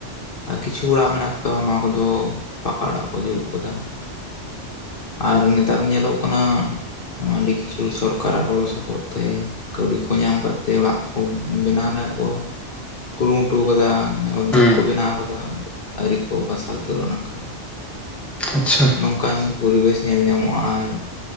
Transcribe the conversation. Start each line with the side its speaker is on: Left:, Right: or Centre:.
Left: ᱟᱨ ᱠᱤᱪᱷᱩ ᱚᱲᱟᱜ ᱢᱮᱱᱟᱜ ᱟᱠᱟᱫᱟ ᱚᱱᱟ ᱠᱚᱫᱚ ᱯᱟᱠᱟ ᱚᱲᱟᱜ ᱠᱚ ᱡᱩᱫ ᱠᱟᱫᱟ ᱾ ᱟᱨ ᱱᱮᱛᱟᱨ ᱧᱮᱞᱚᱜ ᱠᱟᱱᱟ ᱟᱹᱰᱤ ᱠᱤᱪᱷᱩ ᱥᱚᱨᱠᱟᱨᱟᱜ ᱜᱚᱲᱚ ᱥᱚᱯᱚᱦᱚᱫ ᱛᱮ ᱠᱟᱹᱣᱰᱤ ᱠᱚ ᱧᱟᱢ ᱠᱟᱫ ᱛᱮ ᱚᱲᱟᱜ ᱠᱚ ᱵᱮᱱᱟᱣ ᱱᱟᱜ ᱠᱚ
Centre: <inaudible>
Left: ᱠᱩᱨᱩᱢᱩᱴᱩ ᱠᱟᱫᱟ ᱢᱟᱱᱮ ᱚᱫᱽᱫᱷᱮᱠ
Centre: ᱦᱩᱸ
Left: ᱠᱚ ᱵᱮᱱᱟᱣ ᱠᱟᱫᱟ ᱟᱣᱨᱤ ᱠᱚ ᱵᱟᱥᱟ ᱩᱛᱟᱹᱨᱚᱜᱼᱟ ᱚᱱᱟ ᱠᱚᱨᱮ ᱫᱚ ᱾
Centre: ᱟᱪᱪᱷᱟ ᱾
Left: ᱱᱚᱝᱠᱟᱱ ᱯᱚᱨᱤᱵᱮᱥ ᱧᱮᱞ ᱧᱟᱢᱚᱜᱼᱟ ᱟᱨ